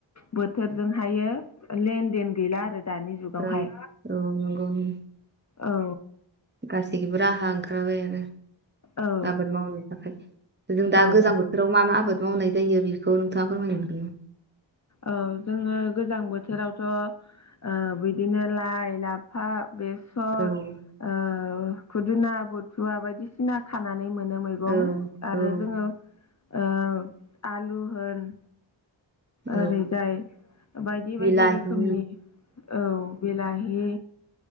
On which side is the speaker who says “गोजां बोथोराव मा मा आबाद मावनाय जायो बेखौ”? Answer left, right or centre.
Right